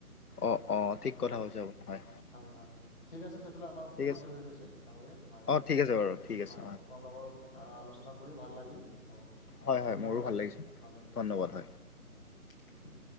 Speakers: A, on the left (about 80°); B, on the left (about 35°).
A: অ', অ', ঠিক
B: হয়
A: কথা কৈছে আপুনি হয়।
B: হয় হয়। ঠিক আছে তেতিয়াহ'লে আমাৰ সময়টো
A: ঠিক আছে
B: হৈ গৈছে ডাঙৰীয়া হয়
A: অ ঠিক আছে বাৰু ঠিক আছে
B: হয়, আপোনালোকৰ আ আলোচনা কৰি ভাল লাগিল ত'
A: হয় হয়
B: ধন্যবাদ
A: মোৰো
B: থাকিল
A: ভাল লাগিছে
B: আপোনালৈ
A: ধন্যবাদ
B: হয়।
A: হয়
B: <unintelligible>